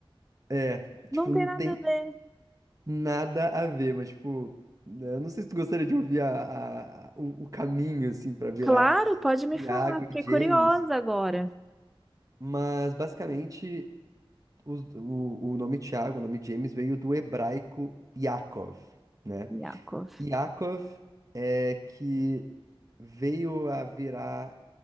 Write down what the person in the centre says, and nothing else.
Não
tem
nada
a ver.
Claro, pode me
falar, fiquei
curiosa agora.
Yakov.